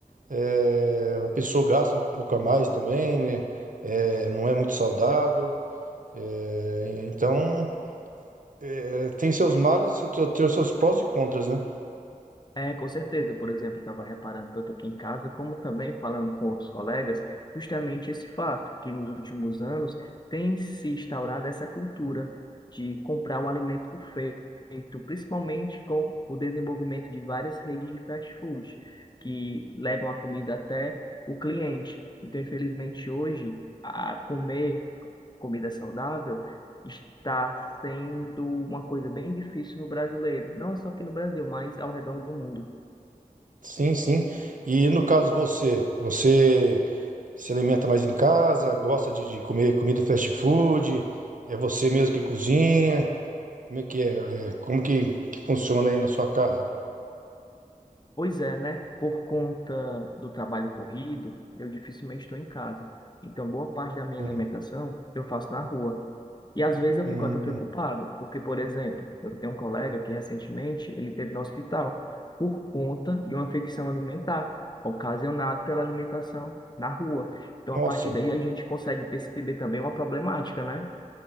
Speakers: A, on the right; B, on the left.
A: é, a pessoa gasta um pouco a mais também, né? É, não é muito saudável. É, então, é, tem seus males e te- tem os seus prós e contras, né?
B: É, com certeza. Por exemplo, eu estava reparando tanto aqui em casa, como também falando com outros colegas, justamente esse fato, que nos últimos anos tem se instaurado essa cultura de comprar o alimento feito, principalmente com o desenvolvimento de várias redes de fast food, que levam a comida até o cliente. Então, infelizmente, hoje, a comer comida saudável está sendo uma coisa bem difícil no brasileiro, não é só aqui no Brasil, mas ao redor do mundo.
A: Sim, sim. E no caso você, você se alimenta mais em casa, gosta de, de comer comida fast food, é você mesmo que cozinha? Como é que é? É, como que, que funciona aí na sua casa?
B: Pois é, né? Por conta do trabalho corrido, eu dificilmente estou em casa. Então, boa parte da minha
A: Hum,
B: alimentação eu faço na rua. E às vezes eu
A: hum,
B: fico até preocupado, porque, por exemplo, eu tenho um colega que recentemente ele teve no hospital por conta de uma infecção alimentar ocasionada pela alimentação na rua. Então,
A: nossa,
B: a partir daí a gente consegue perceber também uma problemática, né?